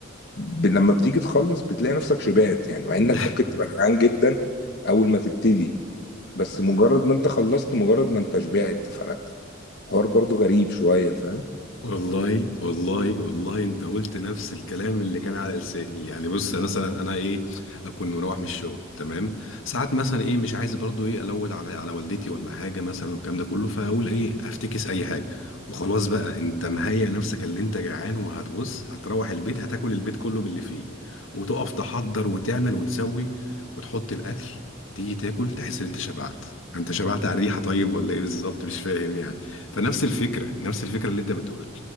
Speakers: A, on the left; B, on the left.
A: ب لمّا بتيجي تخلّص بتلاقي نَفْسك شبعت، يعني مع إنّك
B: <laughs>
A: ممكن تبقى جعان جدًا أول ما تبتدي، بس مجرّد ما أنت خلّصت، مجرّد ما أنت شبعت، فالحوار برضه غريب شوية فاهم؟
B: والله والله والله انت قلت نفس الكلام اللي كان على لساني يعني بص مثلا انا ايه اكون مروح من الشغل تمام ساعات مثلا ايه مش عايز برضو ايه الود على على والدتي ولا حاجه مثلا والكلام ده كله فاقول ايه افتكس اي حاجه وخلاص بقى انت مهيئ نفسك اللي انت جعان وهتبص هتروح البيت هتاكل البيت كله باللي فيه وتقف تحضر وتعمل وتسوي وتحط الاكل تيجي تاكل تحس ان انت شبعت انت شبعت على الريحه طيب ولا ايه بالظبط مش فاهم يعني فنفس الفكره نفس الفكره اللي انت بتقولها